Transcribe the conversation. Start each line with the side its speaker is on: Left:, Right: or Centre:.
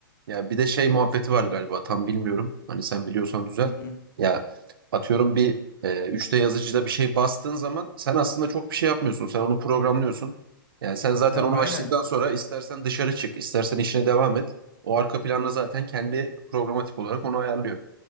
Right: Ya bir de şey muhabbeti var galiba tam bilmiyorum. Hani sen biliyorsan düzelt.
Left: hı hı.
Right: Ya atıyorum bir e, 3D yazıcıda bir şey bastığın zaman sen aslında çok bir şey yapmıyorsun. Sen onu programlıyorsun. Yani sen zaten
Left: Ya
Right: onu
Left: aynen
Right: açtıktan sonra istersen dışarı çık, istersen işine devam et. O arka planda zaten kendi programatik olarak onu ayarlıyor.